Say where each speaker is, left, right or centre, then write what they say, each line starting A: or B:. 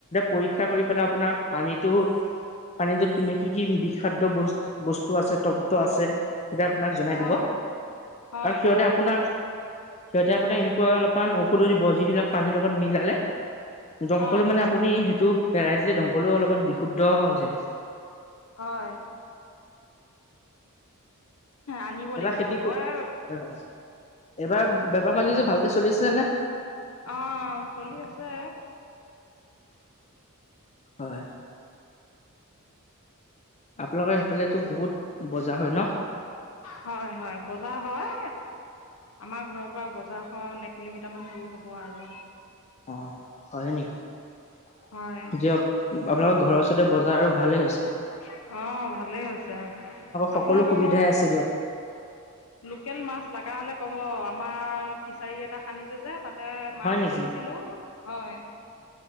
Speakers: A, on the left; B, on the left.
A: পৰীক্ষা কৰি পেলাই আপোনাক পানীটো পানী টো কি কি কি বিষাক্ত বস্তু আছে তপ্ত আছে। সেইয়া আপোনাক জনাই
B: হয়
A: দিব
B: হয়
A: আৰু সিহঁতে
B: হয়
A: আপোনাক। সিহঁতে আপোনাক এনেকুৱা অলপমান ঔষধ দিব যিবিলাক পানীৰ লগত মিলালে দমকল
B: হয়
A: মানে আপুনি সেইটো পেলাই দিলে দমকলো অলপমান বিশুদ্ধ হৈ যায়।
B: হয় আনিব লাগিব
A: খেতি
B: হয়।
A: হয় এবাৰ বেপাৰ বাণিজ্য ভালকে চলি আছে নে?
B: অ চলি আছে।
A: হয়। আপোনালোকৰ সেইফালেতো বহুত বজাৰ হয় ন।
B: হয় হয় বজাৰ হয় আমাৰ ঘৰৰ পৰা বজাৰখন এক কিলোমিটাৰমান দূৰ হ'ব আৰু।
A: অ হয় নেকি দিয়ক
B: হয়
A: আপোনাৰোকৰ ঘৰৰ ওচ- ৰতে বজাৰ আৰু ভালেই হৈছে।
B: অ ভালেই হৈছে
A: সকলো
B: আপোনালোকৰ
A: সুবিধাই আছে দিয়ক
B: লোকেল মাছ লগা হলে কব আমাৰ ফিচাৰী এটা খানিছে যে তাত এ মাছ
A: হয় নেকি?
B: এৰিছিলো হয়